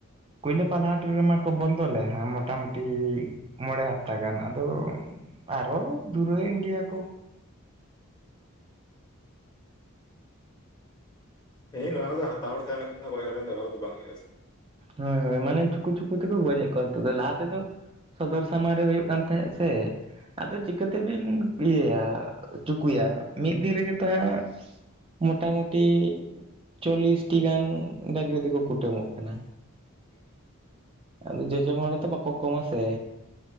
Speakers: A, on the right; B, on the left.
A: ᱠᱩᱭᱞᱟᱹᱯᱟᱞ ᱦᱟᱴ ᱢᱟᱠᱚ ᱵᱚᱱᱫᱚᱞᱮᱫ ᱦᱟᱸ ᱢᱚᱴᱟ-ᱢᱩᱴᱤ ᱢᱚᱬᱮ ᱦᱟᱯᱛᱟ ᱜᱟᱱ ᱟᱫᱚ ᱟᱨᱚ ᱫᱩᱨᱟᱹᱭᱮᱸᱱ ᱜᱮᱭᱟ ᱠᱚ᱾
B: ᱮ ᱱᱚᱣᱟ ᱠᱚᱫᱚ ᱦᱟᱛᱟᱣ ᱦᱚᱲ ᱛᱟᱦᱮᱸᱱ ᱞᱮᱱᱠᱷᱟᱱ ᱫᱚ ᱜᱚᱡ ᱦᱚᱲ ᱨᱮᱱ ᱫᱚ ᱚᱵᱷᱟᱵ ᱫᱚ ᱵᱟᱝ ᱦᱩᱭᱩᱜᱼᱟ ᱥᱮ ᱾
A: ᱦᱳᱭ ᱦᱳᱭ ᱢᱟᱱᱮ ᱪᱩᱠᱩ ᱪᱩᱠᱩ ᱛᱮᱠᱚ ᱜᱚᱡᱮᱫ ᱠᱚᱣᱟ ᱱᱤᱛᱩ ᱫᱚ, ᱞᱟᱦᱟ ᱛᱮᱫᱚ ᱥᱚᱫᱚᱨ ᱥᱟᱢᱟᱝ ᱨᱮ ᱦᱩᱭᱩᱜ ᱠᱟᱱ ᱛᱟᱦᱮᱸᱜ ᱥᱮ ᱟᱫᱚ ᱪᱤᱠᱟᱹᱛᱮᱵᱤᱱᱼᱼ ᱤᱭᱟᱹᱭᱟ ᱪᱩᱠᱩᱭᱟ ᱢᱤᱫ ᱫᱤᱱ ᱨᱮᱜᱮ ᱛᱚ ᱦᱟᱸᱜ ᱢᱚᱴᱟ ᱢᱩᱴᱤ ᱪᱚᱞᱞᱤᱥᱴᱤ ᱜᱟᱱ ᱰᱟᱝᱨᱤ ᱫᱚᱠᱚ ᱠᱩᱴᱟᱹᱢᱚᱜ ᱠᱟᱱᱟ᱾
B: <unintelligible>
A: ᱟᱫᱚ ᱡᱚᱡᱚᱢ ᱦᱚᱲ ᱦᱚᱸ ᱛᱚ ᱵᱟᱠᱚ ᱠᱚᱢᱟ ᱥᱮ᱾